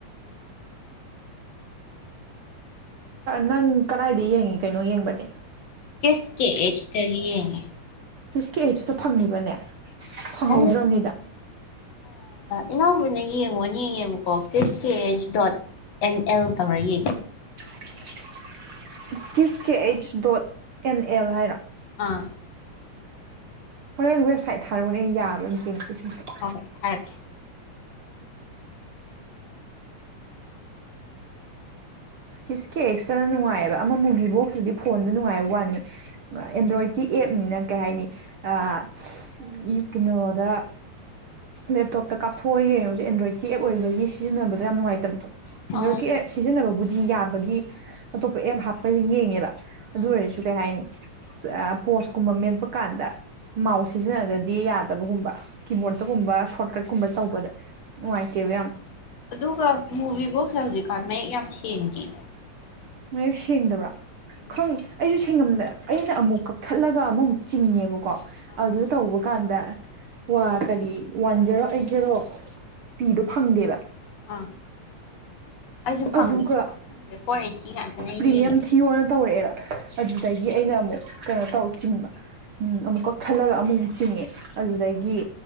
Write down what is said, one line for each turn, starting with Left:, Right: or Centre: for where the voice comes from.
Right: ꯅꯪ ꯀꯗꯥꯏꯗ ꯌꯦꯡꯉꯤ ꯀꯩꯅꯣ ꯌꯦꯡꯕꯗꯤ
Left: ꯍꯦꯁ ꯀꯤꯁ ꯀꯉꯤ ꯑꯦꯖ ꯇꯒꯤ ꯌꯦꯡ ꯑꯦ
Right: ꯐꯁꯀꯤ ꯑꯩꯠꯁꯤ ꯇ ꯐꯪꯉꯤꯕꯅꯦ ꯐꯪꯍꯧꯗ꯭ꯔꯕꯅꯤꯗ
Left: ꯑ ꯏꯅꯥꯎꯕꯅ ꯌꯦꯡꯉꯣꯅ ꯌꯦꯡꯉꯦꯕꯀꯣ ꯀꯁ ꯀꯦꯁ ꯗꯣꯠ ꯑꯦꯟ ꯑꯦꯜ ꯇꯧꯔ ꯌꯦꯡꯉꯦ
Right: <inaudible> ꯀꯤꯁ ꯀꯦ ꯑꯩꯆ ꯗꯣꯠ ꯑꯦꯟ ꯑꯦꯜ ꯍꯥꯏꯔꯣ
Left: ꯑꯥ
Right: ꯍꯣꯔꯦꯟ ꯋꯦꯕꯁꯥꯏꯠ ꯊꯥꯔꯛꯎꯅꯦ ꯌꯥꯕ꯭ꯔ ꯑꯝꯇ <unintelligible>
Left: ꯍꫭꯏ ꯍꯥꯏꯔꯛꯀꯦ
Right: ꯀꯤꯁ ꯀꯤ ꯑꯦꯛꯁꯇꯅ ꯅꯨꯡꯉꯥꯏꯌꯦꯕ ꯑꯃ ꯃꯨꯕꯤ ꯕꯣꯛꯁꯇꯨꯗꯤ ꯐꯣꯟꯗ ꯅꯨꯡꯉꯥꯏꯕ ꯋꯥꯅꯤ ꯑꯦꯟꯗ꯭ꯔꯣꯏꯠꯀꯤ ꯑꯦꯞꯅꯤꯅ ꯀꯩ ꯍꯥꯏꯅꯤ ꯑ <unintelligible> ꯀꯤꯅꯣꯗ ꯂꯦꯞꯇꯣꯞꯇ ꯀꯥꯞꯊꯣꯛꯑꯒ ꯌꯦꯡꯉꯖꯨ ꯑꯦꯟꯗ꯭ꯔꯣꯏꯠꯀꯤ ꯑꯦꯞ ꯑꯣꯏꯕꯒꯤ ꯁꯤꯖꯤꯟꯅꯕꯗ ꯌꯥꯝ ꯅꯨꯡꯉꯥꯏꯇꯞꯗꯣ ꯑꯦꯟꯗ꯭ꯔꯣꯏꯠꯀꯤ
Left: ꯑꯥ
Right: ꯑꯦꯞ ꯁꯤꯖꯤꯟꯅꯕꯕꯨꯗꯤ ꯌꯥꯕꯒꯤ ꯑꯇꯣꯞꯄ ꯑꯦꯞ ꯍꯥꯞꯄ ꯌꯦꯡꯉꯦꯕ ꯑꯗꯨ
Left: ꯑꯥ
Right: ꯑꯣꯏꯔꯁꯨ ꯀꯩ ꯍꯥꯏꯅꯤ ꯄꯣꯁꯀꯨꯝꯕ ꯃꯦꯠꯄ ꯀꯥꯟꯗ ꯃꯥꯎꯁ ꯁꯤꯖꯤꯟꯅꯗꯗꯤ ꯌꯥꯗꯕꯒꯨꯝꯕ ꯀꯤꯕꯣꯔꯗꯇꯒꯨꯝꯕ
Left: ꯍꯣꯏ
Right: ꯁꯣꯔꯠ ꯀꯠꯀꯨꯝꯕ ꯇꯧꯕꯗ ꯅꯨꯡꯉꯥꯏꯇꯦꯕ ꯌꯥꯝ
Left: ꯑꯗꯨꯒ ꯃꯨꯕꯤ ꯕꯣꯛꯁꯅ ꯍꯧꯖꯤꯛꯀꯥꯟ ꯃꯌꯦꯛ ꯌꯥꯝ ꯁꯦꯡꯗꯤꯌꯦ
Right: ꯃꯌꯦꯛ ꯁꯦꯡꯗꯕ꯭ꯔ
Left: ꯎꯝ
Right: ꯈꯪ ꯑꯩꯁꯨ ꯁꯦꯡꯉꯝꯗ ꯑꯩꯅ ꯑꯃꯨꯛ ꯀꯛꯊꯠꯂꯒ ꯑꯃꯃꯨꯛ ꯆꯤꯡꯉꯦꯕ ꯀꯣ
Left: ꯑꯥ
Right: ꯑꯗꯨ ꯇꯧꯕ ꯀꯥꯟꯗ ꯋꯥ ꯀꯔꯤ ꯋꯥꯟ ꯖꯦꯔꯣ ꯑꯩꯠ ꯖꯦꯔꯣ ꯄꯤꯗꯣ ꯐꯪꯗꯦꯕ
Left: ꯑ ꯑꯩꯖꯨ ꯐꯪꯗꯦ
Right: ꯑꯗꯨꯒ
Left: ꯁꯨꯡꯐꯪ ꯐꯪꯗꯦ <unintelligible> ꯑꯩꯅ
Right: ꯄ꯭ꯔꯤꯃꯤꯌꯝ
Left: ꯌꯦꯡꯉꯤꯁꯦ
Right: ꯊꯤꯌꯣꯅ ꯇꯧꯔꯛꯑꯦꯕ ꯑꯗꯨꯗꯒꯤ
Left: ꯑꯥ
Right: ꯑꯩꯅ ꯑꯃꯨꯛ ꯀꯩꯅꯣ ꯇꯧꯔ ꯆꯤꯡꯕ ꯎꯝ ꯑꯃꯨꯛ ꯀꯛꯊꯠꯂꯒ ꯑꯃꯃꯨꯛ ꯆꯤꯡꯉꯦ ꯑꯗꯨꯗꯒꯤ